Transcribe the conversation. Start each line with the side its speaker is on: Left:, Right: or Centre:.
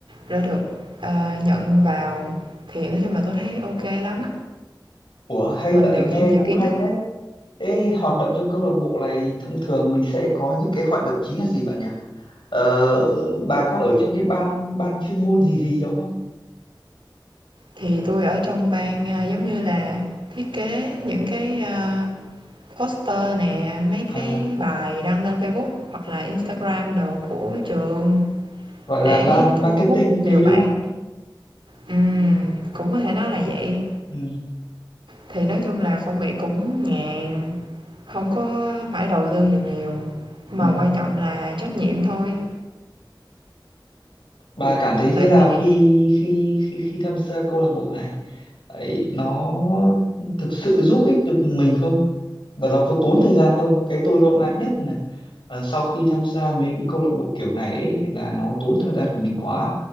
Right: đã được, ờ, nhận vào, thì nói chung là tôi thấy ok lắm.
Left: Ủa hay
Right: Mình
Left: vậy
Right: được
Left: nghe
Right: thêm nhiều
Left: cũng
Right: kiến
Left: hay
Right: thức,
Left: đấy. Ê, hoạt động trong câu lạc bộ này thông thường mình sẽ có những cái hoạt động chính là gì bạn nhỉ? Ờ, bà có ở trong cái ban ban chuyên môn gì gì đó không?
Right: thì tôi ở trong ban, a, giống như là thiết kế những cái, a, poster nè, mấy
Left: À,
Right: cái bài đăng lên Facebook hoặc là Instagram đồ của trường
Left: gọi là
Right: để
Left: ban
Right: thu
Left: marketing
Right: hút nhiều
Left: đấy đúng
Right: bạn
Left: không?
Right: ừm, cũng có thể nói là vậy.
Left: Ừ,
Right: Thì nói chung là công việc cũng nhàn. không có phải đầu tư gì nhiều, mà
Left: ừ.
Right: quan trọng là trách nhiệm thôi.
Left: Bà cảm thấy thế
Right: Tại
Left: nào
Right: vì
Left: khi khi khi khi tham gia câu lạc bộ này? Ấy, nó thực sự giúp ích được mình không? Và nó có tốn thời gian không? Cái tôi lo ngại nhất là ờ, sau khi tham gia mấy cái câu lạc bộ kiểu này ấy, là nó tốn thời gian của mình quá